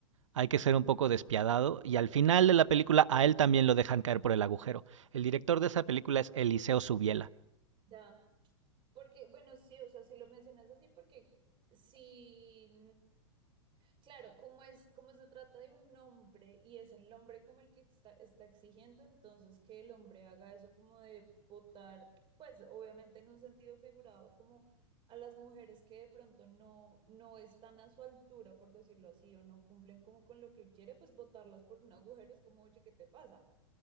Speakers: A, on the right; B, on the right.
A: hay que ser un poco despiadado. Y al final de la película a él también lo dejan caer por el agujero. El director de esa película es Eliseo Subiela.
B: ya, porque, bueno, sí, o sea, si lo mencionas así, porque si, Claro, como es, como se trata de un hombre y es el hombre como el que está, está exigiendo, entonces que el hombre haga eso como de votar, pues obviamente en un sentido figurado, como a las mujeres que de pronto no, no están a su altura, por decirlo así, o no cumplen como con lo que él quiere, pues votarlas por un agujero es como, oye, ¿qué te pasa?